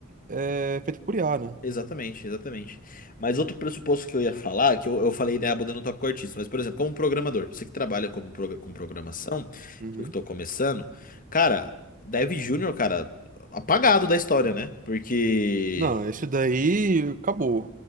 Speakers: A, on the right; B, on the left.
A: é feito por IA, né?
B: Exatamente, exatamente. Mas outro pressuposto que eu ia falar, que eu, eu falei, né, abordando o tópico artista, mas, por exemplo, como programador, você que trabalha como, progra- com programação,
A: Uhum.
B: eu que tô começando, cara, Dev Júnior, cara, apagado da história, né? Porque.
A: Não, isso daí acabou.